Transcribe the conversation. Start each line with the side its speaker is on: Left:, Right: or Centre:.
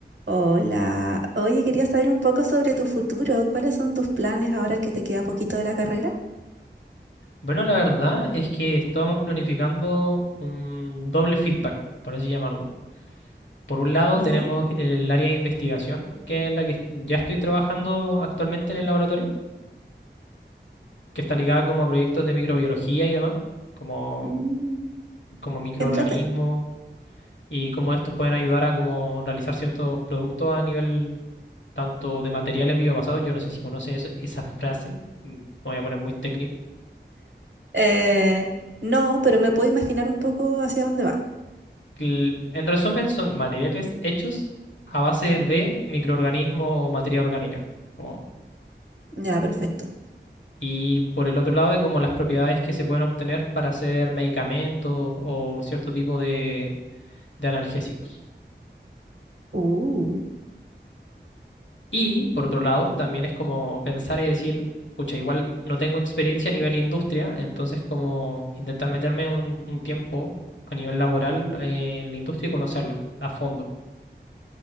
Right: Hola, oye, quería saber un poco sobre tu futuro. ¿Cuáles son tus planes ahora que te queda poquito de la carrera?
Left: Bueno, la verdad es que estábamos planificando un doble feedback, por así llamarlo. Por un lado
Right: Ya,
Left: tenemos el, el área de investigación, que es la que est- ya estoy trabajando actualmente en el laboratorio, que está ligada como a proyectos de microbiología y demás, como,
Right: mm,
Left: como microorganismos
Right: qué entrete.
Left: y cómo estos pueden ayudar a como realizar ciertos productos a nivel tanto de materiales biobasados. Yo no sé si conoces eso- esa frase, mm, me voy a poner muy técnico
Right: Eh, no, pero me puedo imaginar un poco hacia dónde va.
Left: cl- En resumen, son materiales hechos a base de microorganismo o materia orgánica. como-
Right: Ya, perfecto.
Left: y por el otro lado, hay como las propiedades que se pueden obtener para hacer medicamentos o cierto tipo de, de analgésicos.
Right: Uh.
Left: Y por otro lado, también es como pensar y decir, pucha, igual no tengo experiencia a nivel industria, entonces como intentar meterme un, un tiempo a nivel laboral eh, en la industria y conocerla a fondo,